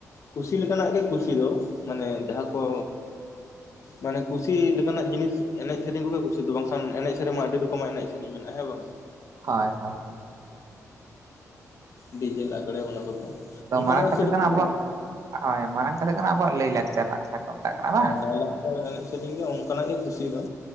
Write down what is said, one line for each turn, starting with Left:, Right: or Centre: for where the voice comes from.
Left: ᱠᱩᱥᱤ ᱞᱮᱠᱟᱱᱟᱜ ᱜᱮ ᱠᱩᱥᱤ ᱫᱚ ᱢᱟᱱᱮ ᱡᱟᱦᱟᱸ ᱠᱚ
Right: <inaudible>
Left: ᱢᱟᱱᱮ ᱠᱩᱥᱤ ᱞᱮᱠᱟᱱᱟᱜ ᱡᱤᱱᱤᱥ ᱮᱱᱮᱡ ᱥᱮᱨᱮᱧ ᱠᱚᱜᱮ ᱠᱩᱥᱤ ᱫᱚ ᱵᱟᱝᱠᱷᱟᱱ ᱮᱱᱮᱡ ᱥᱮᱨᱮᱧᱢᱟ ᱟᱹᱰᱤ ᱨᱚᱠᱚᱢᱟᱜ ᱮᱱᱮᱡ ᱥᱮᱨᱮᱧ ᱢᱮᱱᱟᱜᱼᱟ ᱾ ᱦᱮᱸ ᱵᱟᱝ?
Right: ᱦᱳᱭ ᱦᱳᱭ
Left: ᱰᱤᱡᱮ ᱞᱟᱜᱽᱲᱮ ᱚᱱᱟ ᱠᱚᱫᱚ
Right: ᱟᱫᱚ
Left: ᱚᱱᱠᱟᱱᱟᱜ
Right: ᱢᱟᱨᱟᱝ
Left: ᱫᱚ
Right: ᱠᱟᱛᱷᱟ
Left: ᱥᱮᱨᱚᱠᱚᱢ
Right: ᱠᱟᱱᱟ ᱟᱵᱚᱣᱟᱜ
Left: ᱫᱚ ᱵᱟᱝ᱾
Right: ᱦᱳᱭ ᱢᱟᱨᱟᱝ ᱠᱟᱛᱷᱟ ᱦᱩᱭᱩᱜ ᱠᱟᱱᱟ ᱟᱵᱚᱣᱟᱜ ᱞᱟᱹᱭ ᱞᱟᱠᱪᱟᱨ ᱨᱮᱱᱟᱜ ᱡᱟᱦᱟᱸ ᱠᱚ ᱢᱮᱛᱟᱜ ᱠᱟᱱᱟ ᱵᱟᱝ
Left: ᱦᱮᱸ ᱞᱟᱭᱼᱞᱟᱠᱪᱟᱨ ᱮᱱᱮᱡ ᱥᱮᱨᱮᱧ ᱜᱮ ᱚᱱᱠᱟᱱᱟᱜ ᱜᱮ ᱠᱩᱥᱤ ᱫᱚ᱾